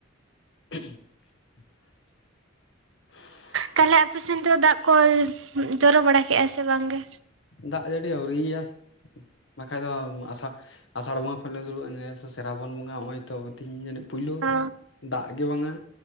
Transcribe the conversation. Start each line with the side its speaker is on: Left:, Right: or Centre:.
Left: <inaudible>
Right: ᱛᱟᱦᱚᱞᱮ ᱟᱯᱮ ᱥᱮᱱ ᱛᱮᱫ ᱫᱟᱜ ᱠᱚ ᱡᱚᱨᱚ ᱵᱟᱲᱟ ᱠᱮᱫᱼᱟ ᱥᱮ ᱵᱟᱝ ᱜᱮ?
Left: ᱫᱟᱜ ᱡᱟᱹᱲᱤ ᱟᱹᱣᱨᱤᱼᱟ᱾ ᱵᱟᱠᱷᱟᱡ ᱫᱚ ᱟᱥᱟᱲ ᱟᱥᱟᱲ ᱵᱚᱸᱜᱟ ᱠᱷᱚᱱ ᱞᱮ ᱫᱩᱲᱩᱵᱼᱟ ᱥᱮᱨᱟᱵᱚᱱ ᱵᱚᱸᱜᱟ ᱱᱚᱜ ᱚᱚᱭ ᱛᱚ ᱛᱤᱦᱤᱧ ᱡᱟᱹᱱᱤᱡ ᱯᱩᱭᱞᱩ
Right: ᱚ
Left: ᱫᱟᱜ ᱜᱮ ᱵᱟᱝᱟ